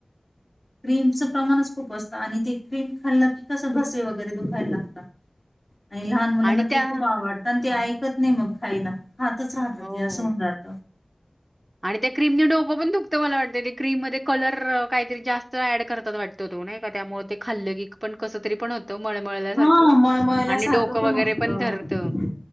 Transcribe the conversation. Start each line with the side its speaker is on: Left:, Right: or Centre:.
Left: क्रीमचं प्रमाणच खूप असतं आणि ते क्रीम खाल्ल की, कसं घसे वगैरे दुखायला लागतात. आणि लहान मुलांना
Right: आणि
Left: केक
Right: त्या
Left: खूप आवडतं आणि ते ऐकत नाही मग खायला, खातच राहतात
Right: हो.
Left: ते असं होणार जात
Right: आणि त्या क्रीमनी डोकं पण दुखतं मला वाटतं ते क्रीम मध्ये कलर काहीतरी जास्त ऍड करतात वाटत. तो नाही का त्यामुळे ते खाल्ल की पण कस तरी पण होत. तो मळमळल्या सारखं
Left: हा मळमळल्यासारखं
Right: आणि डोकं वगैरे
Left: होतं.
Right: पण धरतं.